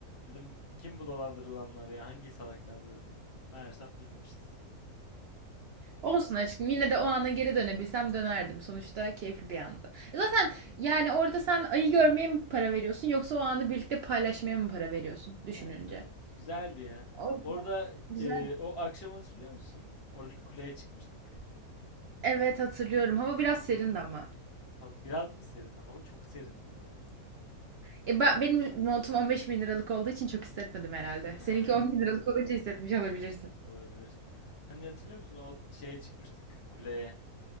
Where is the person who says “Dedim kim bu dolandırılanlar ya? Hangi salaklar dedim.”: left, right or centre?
Left